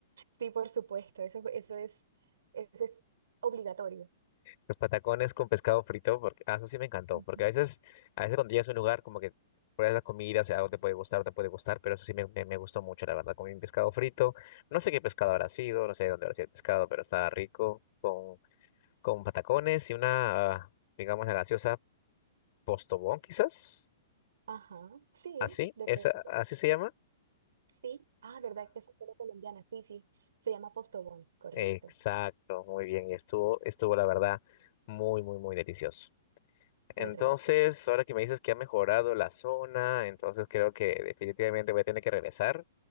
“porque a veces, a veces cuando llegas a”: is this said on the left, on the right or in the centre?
Left